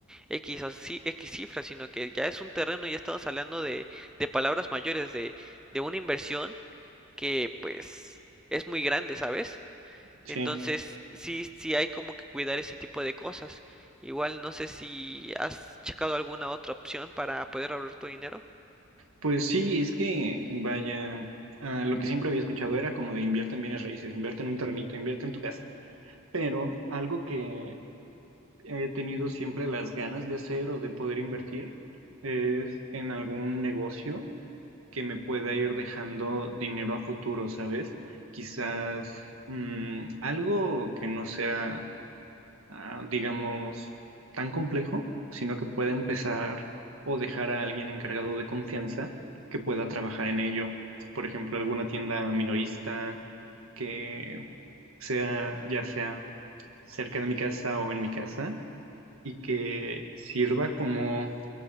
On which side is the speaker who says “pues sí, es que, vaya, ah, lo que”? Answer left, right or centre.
Right